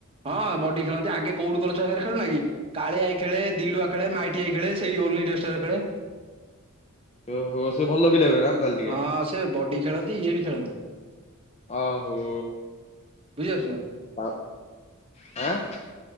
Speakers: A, on the right; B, on the left.
A: ହଁ ବଡି ଖେଳନ୍ତି ଆଗେ କୋଉଠୁ ଗଲେଛ ସ ଖେଳୁନା କି? କାଳିଆଇ ଖେଳେ ଦିଲୁଆ ଖେଳେ ମାଇଟି ଆଇ ଖେଳେ ସେଇ ଓଲିଡେଷ୍ଟର ଖେଳେ।
B: ଓହୋ ସେ ଭଲ ବି ଲାଗୁ ନା। ତାହେଲେ ଟିକେ
A: ହଁ ସେ ବଡି ଖେଳନ୍ତି ଇଏ ବି ଖେଳନ୍ତି।
B: ଅହୋ।
A: ବୁଝିପାରୁଛ?
B: ଆ ପ୍ ଆଁ